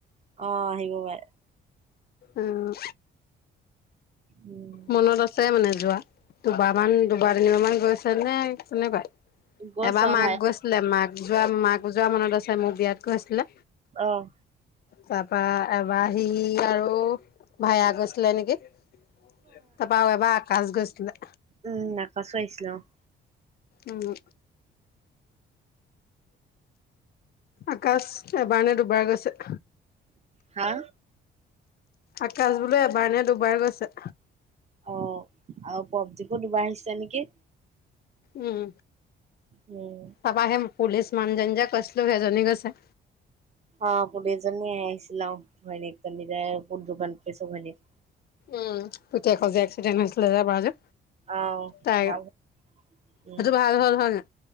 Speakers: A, on the right; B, on the left.
A: অঁ', -আহিব পাৰে।
B: উমঁ,
A: উম।
B: মনত আছে। আছে মানে যোৱা, দুবাৰ মান, দুবাৰ তিনিবাৰ মান গৈছে নে কেনেকুৱা?
A: গৈছ
B: এবাৰ মাক
A: ভাই
B: গৈছিলে, মাক যোৱা, মাক যোৱা মনত আছে মোৰ বিয়াত গৈছিলে।
A: অহ।
B: তাৰপা এবাৰ সি আৰু ভাইয়া গৈছিলে নেকি। তাৰপা আৰু এবাৰ আকাশ গৈছিলে।
A: উমঁ, আকাশো আহিছিলে অঁহ',।
B: উমঁ। আকাশ এবাৰ নে দুবাৰ গৈছে।
A: হা
B: আকাশ বোলে এবাৰ নে দুবাৰ গৈছে।
A: অহ, আৰু পবজিপো দুবাৰ আহিছে নেকি?
B: উম।
A: উম।
B: তাৰপা সেই পুলিচ মানুহজনী যে কৈছিলো সেইজনী গৈছে।
A: অ' পুলিচ জনী আহিছিল অ'। ঘৈনীয়েকজনী যে বুত দোকান পাইছো <unintelligible>
B: উম পুতেকৰ যে এক্সিডেণ্ট হৈছিলে যে এবাৰ যে,
A: অ
B: তাই
A: ভাল উম
B: সেইটো ভাল হ'ল হয় নাই?